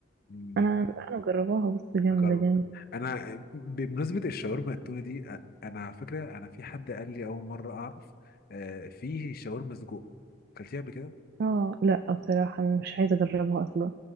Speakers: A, on the left; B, on the right.
A: مم.
B: انا انا جرباها بص جامدة
A: اجرب
B: جامدة
A: انا بمناسبه الشاورما التونه دي أ- انا على فكره انا في حد قال لي اول مره اعرف آه، فيه شاورما سجق اكلتيها قبل كده
B: اه لا بصراحة مش عايزة اجربها اصلا